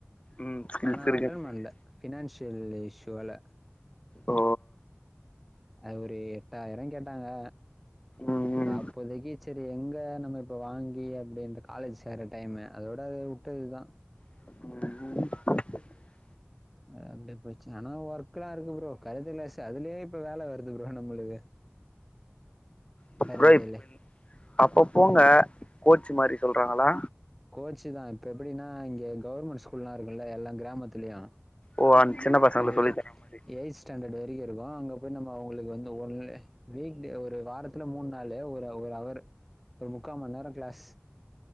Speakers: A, on the left; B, in the centre.
A: ம் ஸ்கில்ஸ்
B: ஆனா அத
A: இருக்குன்றீங்க
B: அட்டென் பண்ல ஃபினான்ஷியல் இஷ்யூ வால
A: ஓ
B: அ ஒரு எட்டாயிர கேட்டாங்க
A: ம் ம்
B: அப்போதைக்கு சே து எங்க நம்ம இப்ப வாங்கி அப்டின்ற காலேஜ் சேற டைமு அதோட அது விட்டதுதா
A: உஹம்
B: அ அந்த இப்ப சென ஒர்க்ரா இருக்கு ப்ரோ கடசில சதுலையே இப்ப வேல வருது ப்ரோ நம்மளுக்கு
A: <unintelligible>
B: கராத்தேல
A: அப்ப போங்க கோச்சு மாதிரி சொல்றாங்களா
B: கோச்சு தா இப்ப எப்டினா இங்க கவர்மெண்ட் ஸ்கூல்லா இருக்குல்ல எல்லா கிராமத்துலயு
A: ஓ அஞ் சின்ன பசங்களுக்கு
B: ஒரு
A: சொல்லி
B: எய்த்
A: தர மாரி
B: எய் ஸ்டாண்டர்ட் வரைக்கு இருக்கு அங்க போய் நம்ம அவங்களுக்கு வந்து ஒன்னு வீக் டே ஒரு வாரத்துல மூணு நாள் ஒரு ஒரு அவர் த முக்கா மண் நேர கிளாஸ்